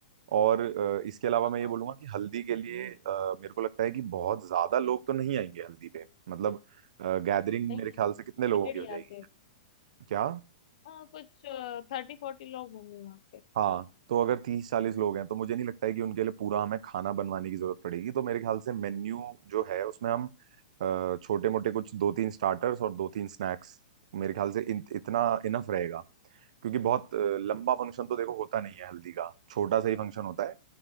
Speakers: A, on the right; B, on the left.
A: और अ, इसके अलावा
B: हाँ
A: मैं ये
B: हाँ
A: बोलूंगा कि हल्दी के लिए अ, मेरे को लगता है कि बहुत ज्यादा लोग तो नहीं आएंगे हल्दी पे मतलब गैदरिंग
B: नहीं
A: मेरे
B: नहीं
A: ख्याल
B: लिमिटेड
A: से कितने लोगों की हो
B: ही
A: जाएगी
B: आते हैं
A: क्या
B: हाँ कुछ थर्टी फोर्टी लोग होंगे वहाँ पे
A: हाँ तो अगर तीस चालीस लोग हैं तो मुझे नहीं लगता है कि उनके लिए पूरा हमें खाना बनवाने की जरूरत पड़ेगी तो मेरे ख्याल से मेन्यू जो है उसमें हम छोटे मोटे कुछ दो तीन स्टार्टर्स और दो तीन स्नैक्स मेरे ख्याल से इन, इतना इनफ रहेगा क्योंकि बहुत अ, लंबा फंक्शन तो देखो होता नहीं है हल्दी का छोटा सा ही फंक्शन होता है